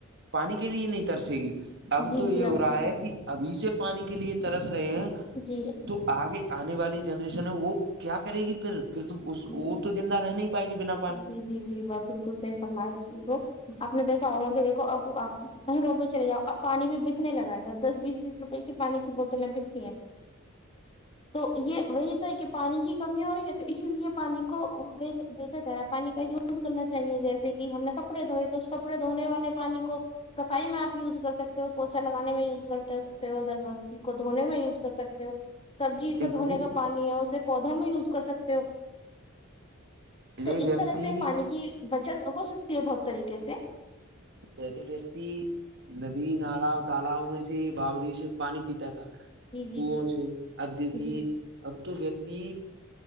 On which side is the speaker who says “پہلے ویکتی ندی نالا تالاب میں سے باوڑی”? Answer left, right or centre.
Right